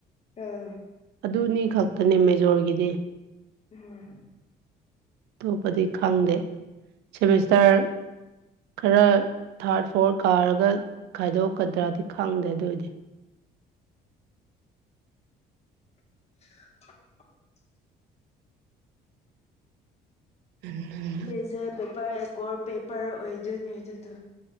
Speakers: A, on the left; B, on the right.
A: ꯑꯥ
B: ꯑꯗꯨꯅꯤ ꯈꯛꯇꯅꯦ ꯃꯦꯖꯣꯔꯒꯤꯗꯤ
A: ꯎꯝ
B: ꯑꯇꯣꯞꯄꯗꯤ ꯈꯪꯗꯦ ꯁꯦꯃꯤꯁꯇꯥꯔ ꯈꯔ ꯊꯥꯔꯠ ꯐꯣꯔ ꯀꯥꯔꯒ ꯈꯥꯏꯗꯣꯛꯀꯗ꯭ꯔꯗꯤ ꯈꯪꯗꯦ ꯑꯗꯨꯏꯗꯤ
A: <inaudible>
B: ꯎꯝ ꯎꯝ
A: ꯃꯦꯖꯔ ꯄꯦꯄꯔ ꯑꯦ ꯀꯣꯔ ꯄꯦꯄꯔ ꯑꯣꯏꯗꯣꯏꯅꯦ ꯑꯗꯨꯗꯣ